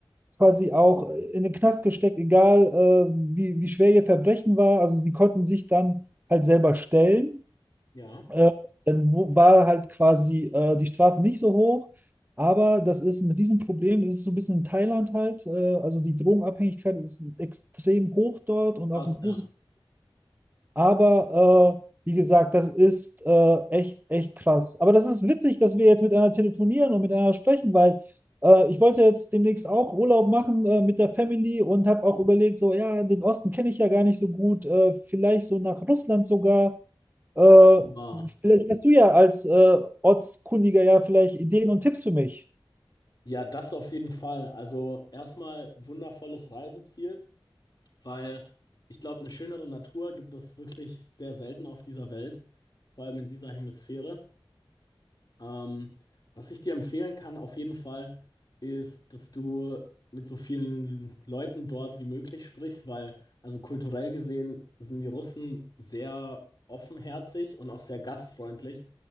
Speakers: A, on the right (about 20°); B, on the left (about 50°).
A: quasi auch in den Knast gesteckt, egal äh, wie, wie schwer ihr Verbrechen war. Also sie konnten sich dann halt selber stellen.
B: Ja,
A: Äh, dann wo- war halt quasi äh, die Strafe nicht so hoch. Aber das ist ein Riesenproblem. Das ist so ein bisschen in Thailand halt. Äh, also die Drogenabhängigkeit ist extrem hoch dort und auch
B: krass,
A: ein großes
B: ja.
A: aber äh, wie gesagt, das ist äh, echt, echt krass. Aber das ist witzig, dass wir jetzt miteinander telefonieren und miteinander sprechen, weil äh, ich wollte jetzt demnächst auch Urlaub machen äh, mit der Family und habe auch überlegt, so, ja, den Osten kenne ich ja gar nicht so gut, äh, vielleicht so nach Russland sogar. Äh,
B: Wunderbar.
A: vielleicht hast du ja als äh, Ortskundiger ja vielleicht Ideen und Tipps für mich.
B: Ja, das auf jeden Fall. Also erstmal wundervolles Reiseziel, weil ich glaube, eine schönere Natur gibt es wirklich sehr selten auf dieser Welt, vor allem in dieser Hemisphäre. Ähm, was ich dir empfehlen kann, auf jeden Fall, ist, dass du mit so vielen Leuten dort wie möglich sprichst, weil also kulturell gesehen sind die Russen sehr offenherzig und auch sehr gastfreundlich.